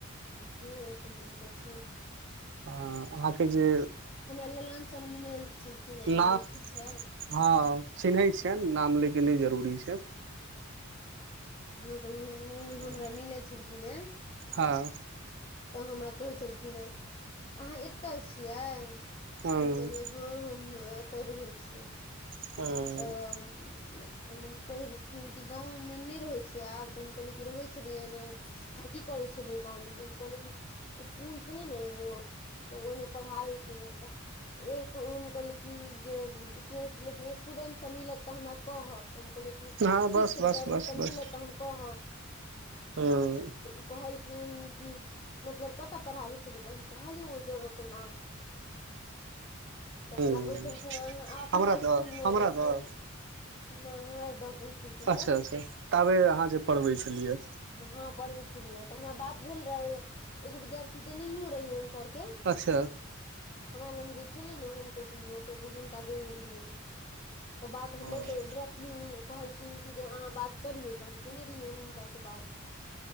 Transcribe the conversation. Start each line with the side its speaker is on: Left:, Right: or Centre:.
Left: हँ तऽ ह त छै
Right: अ अहाँके जे
Left: हमरा ललन सर मिनल छलखिन हँ
Right: ना
Left: एक दिन ठीक छै
Right: हँ चिन्है छियनि नाम लै के नहि जरूरी छै
Left: हँ तऽ ओ
Right: हँ
Left: हमरा मिलल छलखिन हे
Right: हँ
Left: तऽ हमरा कहै छलखिन अहाँ एतऽ छियै
Right: हँ
Left: हम कहलियै हँ हम एतऽ रहै छियै
Right: हँ
Left: तऽ हम कहलखिन की गाँंवो में नहि रहय आब तऽ हम कहल क रहै छलियै ने त की करै छलियै गाँव मे तऽ हम कहलियै कि ईस्कूल छले ने एगो तऽ ओहिमे पढ़ाबै छलै तऽ एक अम कहले क कि जे की होइ छले स्टूडेंट सब मिलत तऽ हमरा कहब
Right: हँ
Left: ठीक
Right: बस
Left: छै
Right: बस
Left: विद्यार्थी
Right: बस
Left: सब
Right: बस
Left: मिलत तऽ हम कहब
Right: हँ
Left: तऽ ओ कहलखिन कि मतलब कतऽ पढ़ाबै छलियै तऽ हम कहलियै ओहि जगह के नाम तऽ
Right: हँ
Left: हमरा कहै छलखिन हेँ अपनो
Right: हमरा
Left: इसकुलमे
Right: दऽ हमरा
Left: नहि
Right: दऽ
Left: हमरा दऽ कहै छलखिन
Right: अच्छा
Left: ह
Right: अच्छा ताबे अहाँ जे पढ़बै छलिय
Left: हँ पढ़बे छलियै तऽ हमरा बात भेल रहे एगो विद्यार्थी देनयो रहिये सर के हमरा
Right: अच्छा
Left: लग जे छलै ने होम कोचिंग मे ओ हुनका देने रहि तऽ बात
Right: ओ
Left: हमरेसँ डायरेक्टली ओ कहलखिन कि जे अहाँ बात करियौ तऽ हम केने रहियै हुनका से बात